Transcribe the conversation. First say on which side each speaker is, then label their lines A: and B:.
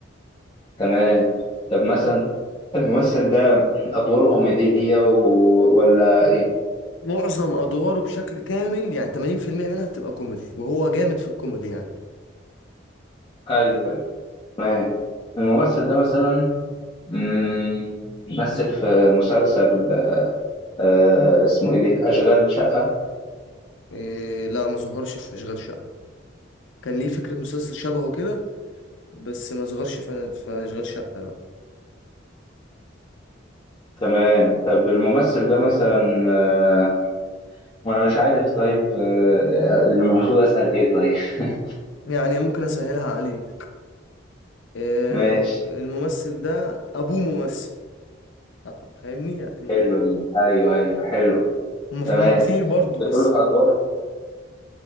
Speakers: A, on the left (about 25°); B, on the left (about 75°).
A: تمام طب مثلا الممثل ده أدواره كوميدية و- ولا إيه؟
B: معظم أدواره بشكل كامل يعني 80% منها بتبقى كوميدي وهو جامد في الكوميدي يعني
A: أيوه أيوة. تمام الممثل ده مثلا مم، مثل في مسلسل آه اسمه ايه دي اشغال شقة
B: إيه لا ما ظهرش في أشغال شقة كان ليه فكرة مسلسل شبهه كده بس ما ظهرش في في أشغال شقة لا
A: تمام طب الممثل ده مثلا آه وانا مش عارف طيب آه المفروض اسأل ايه طيب <laughs>
B: يعني ممكن أسهلها عليه آم،
A: ماشي
B: الممثل ده أبوه ممثل آه، فاهمني يعني
A: حلو دي ايوه ايوه حلو
B: هما
A: تمام
B: هما كتير برضو
A: بتقول
B: بس
A: في ادوار